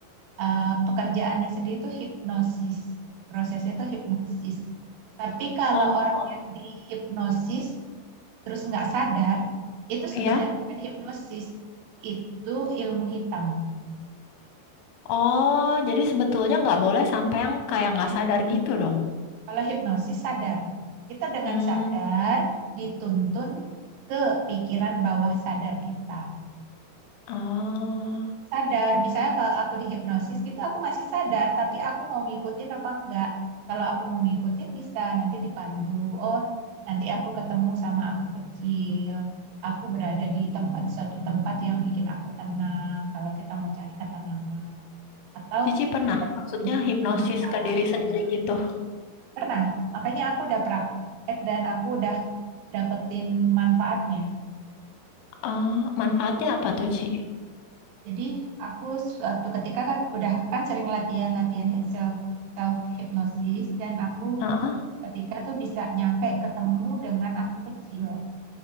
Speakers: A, on the right (about 75°); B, on the left (about 85°).
A: Eh, pekerjaannya sendiri itu hipnosis. Prosesnya itu hipnosis. Tapi kalau
B: oh,
A: orang
B: oh,
A: yang dihipnosis terus nggak sadar, itu
B: iya.
A: sebenarnya bukan hipnosis, itu ilmu hitam.
B: Oh, jadi sebetulnya nggak boleh sampai yang kayak nggak sadar gitu dong.
A: Kalau hipnosis sadar, kita dengan
B: Hmm,
A: sadar dituntun ke pikiran bawah sadar kita.
B: oh.
A: sadar. Misalnya kalau aku dihipnosis gitu aku masih sadar, tapi aku mau ngikutin apa enggak. Kalau aku mau ngikutin bisa nanti dipandu. Oh, nanti aku ketemu sama aku kecil. Aku berada di tempat suatu tempat yang bikin aku tenang kalau kita mau cari ketenangan. Atau
B: Cici pernah,
A: kita dituntun
B: maksudnya hipnosis
A: ke masalahnya.
B: ke diri sendiri gitu.
A: Pernah, makanya aku udah praktek dan aku udah dapetin manfaatnya.
B: Ah, manfaatnya apa tuh, Ci?
A: Jadi aku suatu ketika kan udah kan sering latihan-latihan self self hypnosis dan aku
B: Heeh.
A: ketika tuh bisa nyampe ketemu dengan aku kecil.